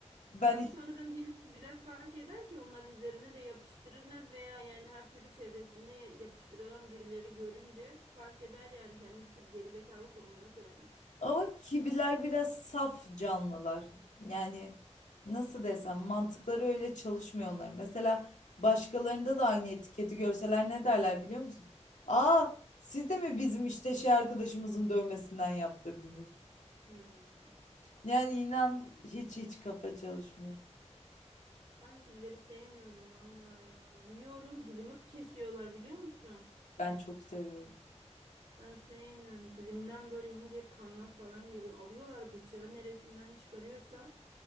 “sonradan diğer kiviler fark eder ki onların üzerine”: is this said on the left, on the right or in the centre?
Right